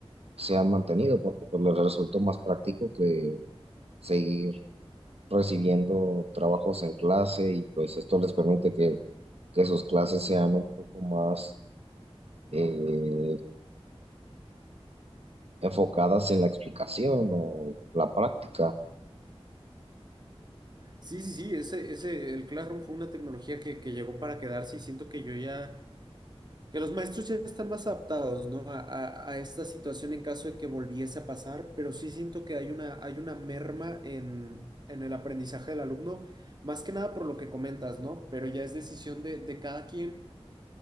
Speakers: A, on the right (about 70°); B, on the right (about 40°).
A: se han mantenido, porque pues les resultó más práctico que seguir recibiendo trabajos en clase y pues esto les permite que que sus clases sean un poco más eh, enfocadas en la explicación o la práctica.
B: Sí, sí, sí, ese, ese, el Classroom fue una tecnología que, que llegó para quedarse y siento que yo ya Que los maestros ya están más adaptados, ¿no? A, a- a esta situación en caso de que volviese a pasar, pero sí siento que hay una, hay una merma en, en el aprendizaje del alumno, más que nada por lo que comentas, ¿no? Pero ya es decisión de, de cada quien